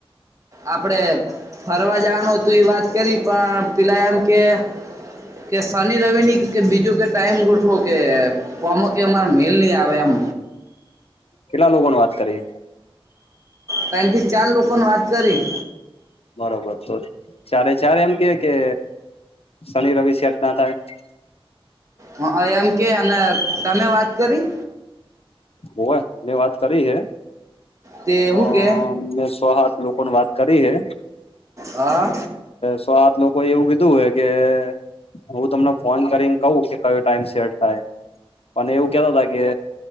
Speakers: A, on the right (about 30°); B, on the left (about 75°).
A: આપડે ફરવા જવાનું હતું એ વાત કરી પણ પેલા એમ કે કે શનિ રવિની કે બીજું કે ટાઈમ ગોઠવો કે. તો અમ કે અમારે મેલ નહી આવે એમ.
B: કેટલા લોકો ને વાત કરી?
A: ત્રણ થી ચાર લોકો ને વાત કરી.
B: બરોબર તો ચારે ચારે એમ કે કે શનિ રવિશ અચના થાય?
A: હા એમ કે અને તમે વાત કરી?
B: હોવે મેને વાત કરી હે.
A: તે
B: હ
A: શું કે
B: મેં સવહાથ લોકોની વાત કરી હે.
A: હા
B: સો આત લોકો એવું કીધું હોય કે હું તમને ફોન કરીને કઉ કે કયો ટાઈમ સેટ થાય, અને એવું કેતા ત કે